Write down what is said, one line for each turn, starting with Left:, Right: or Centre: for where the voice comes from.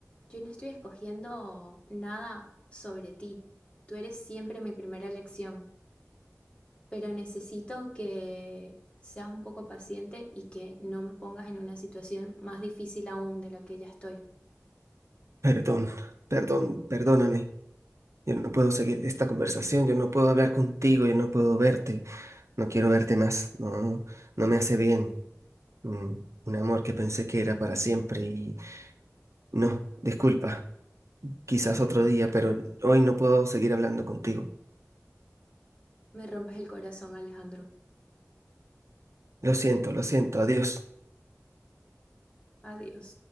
Left: Yo no estoy escogiendo nada sobre ti. Tú eres siempre mi primera elección. pero necesito que seas un poco paciente y que no me pongas en una situación más difícil aún de la que ya estoy.
Right: Perdón, perdón, perdóname. Yo no puedo seguir esta conversación, yo no puedo hablar contigo, yo no puedo verte. No quiero verte más, no, no me hace bien. Mm, Un amor que pensé que era para siempre y no, disculpa, quizás
Left: Ay,
Right: otro día, pero hoy no puedo seguir hablando contigo.
Left: me rompes el corazón, Alejandro.
Right: Lo siento, lo siento, adiós.
Left: Adiós.